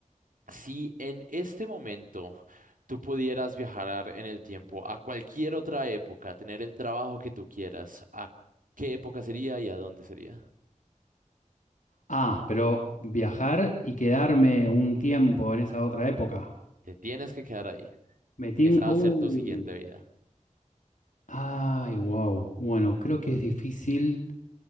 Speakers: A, on the right; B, on the left.
A: si en este momento tú pudieras viajar en el tiempo a cualquier otra época, tener el trabajo que tú quieras, ¿a cu- qué época sería y a dónde sería?
B: Ah, pero viajar y quedarme un tiempo en esa otra época.
A: Te tienes que quedar ahí.
B: Metín...
A: Esa va
B: Uh.
A: a ser tu siguiente vida.
B: Ay, wow. Bueno, creo que es difícil.